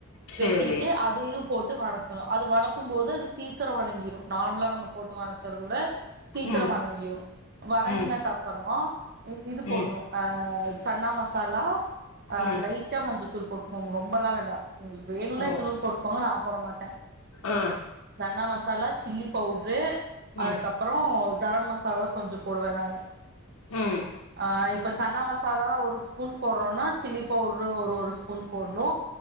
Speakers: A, on the left (about 75°); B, on the right (about 45°).
A: சேரி
B: வெட்டிட்டு அதுலியு போட்டு வணக்லா அது வனக் க்கும் போது அது சீக்கர வணங்கிரு நார்மலா நம்ம போட்டு வணத்குறதோட சீக்கிர
A: ம்
B: வணங்கிரு வணங்னக்கப்பறோ
A: ம்
B: இது போட்னு
A: ம்
B: அஹ் சன்னா மசாலா ஆஹ்
A: ம்
B: லைட்டா மஞ்சத்தூள் போட்டுக்கோங்க ரொம்பல்லா வேண்டா உங்ளுக்கு வேணுன்னா
A: ஓ
B: இத்துனூன் போட்டுக்கோங்க நா போட மாட்ட
A: ஆ
B: சன்னா மசாலா சில்லி பவுட்ரு அதுக்கப்பறோ
A: ம்
B: கரம் மசாலா கொஞ்சம் போடுவ நானு
A: ம்
B: ஆஹ் இப்ப சன்னா மசாலா ஒரு ஸ்பூன் போடுறோன்னா சில்லி பவுட்ரு ஒரு ஒரு ஸ்பூன் போட்னு